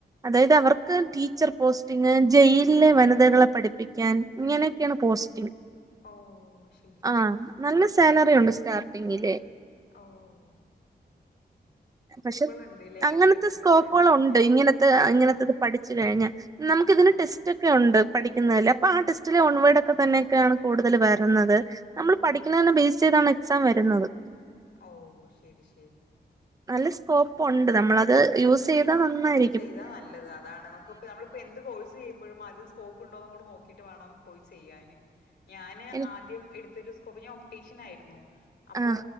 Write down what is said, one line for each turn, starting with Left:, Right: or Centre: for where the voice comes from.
Right: അതായത് അവർക്ക് ടീച്ചർ പോസ്റ്റിങ് ജയിലിലെ വനിതകളെ പഠിപ്പിക്കാൻ ഇങ്ങനെയൊക്കേണ് പോസ്റ്റിങ്ങ്
Left: ഓഹ് ശ
Right: ആഹ് നല്ല സാലറിയുണ്ട് സ്റ്റാർട്ടിങ്ങില്
Left: ഓഹ് ഓഹ്
Right: പക്ഷെ
Left: ഉണ്ട്ല്ലേ ഇങ്ങനത്തെക്കെ
Right: അങ്ങനത്തെ
Left: എക്സാം
Right: സ്കോപ്പുകളുണ്ട്
Left: എഴുതി കഴിഞ്ഞാ
Right: ഇങ്ങനത്തെ
Left: ആഹ്
Right: ഇങ്ങനത്തത് പഠിച്ച് കഴിഞ്ഞാ നമുക്കിതിന്റെ
Left: ഓ
Right: ടെസ് റ്റൊക്കെണ്ട് പഠിക്കുന്നേല് അപ്പൊ ആ ടെസ്റ്റിലെ വൺവേടൊക്കെ തന്നെക്കെയാണ് കൂട്തല് വര്ന്നത് നമ്മള്
Left: ഓ
Right: പഠിക്കുന്നതിനെ ബേസെയ്താണ് എക്സാം വര്ന്നത്.
Left: ഓഹ് ശരി ശരി
Right: നല്ല സ്കോപ്പുണ്ട്. നമ്മളത് യൂസെയ് താ നന്നായി
Left: ചെയ്താ നല്ലത് അതാണ് നമുക്ക് പ്പൊ നമ്മളിപ്പോ എന്ത് കോഴ്സും ചെയ്യുമ്പോഴും ആദ്യം സ്കോപ്പ് ഉണ്ടോന്ന് കൂടെ നോക്കീട്ട് വേണം പോയി ചെയ്യാന് ഞാന്
Right: എനി
Left: ആദ്യം എടു ത്തീലെ സ്കോപ്പ് ഞാന് ഒപ്ടീഷ്യനായിരുന്നു അപ്പൊ
Right: ആ